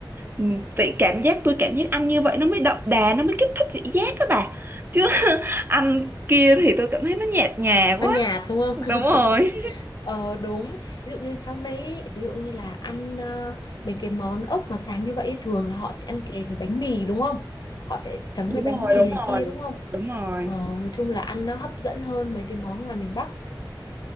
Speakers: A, on the right (about 25°); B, on the left (about 55°).
A: Ừ, tại cảm giác tôi cảm giác ăn như vậy nó mới đậm đà nó mới kích thích vị giác các bà chứ <laughs> ăn kia thì tôi cảm thấy nó nhạt nhòa
B: nó
A: quá
B: nhạt đúng không
A: đúng rồi
B: Ờ đúng, ví dụ như trong đấy ý, ví dụ như là ăn ờ, mấy cái món ốc mà sáng như vậy ý, thường là họ sẽ ăn kèm với bánh mì đúng không? Họ sẽ chấm
A: đúng
B: với bánh
A: rồi
B: mì
A: đúng
B: này
A: rồi
B: kia đúng không?
A: đúng rồi
B: Ờ, nói chung là ăn nó hấp dẫn hơn mấy cái món ngoài miền Bắc.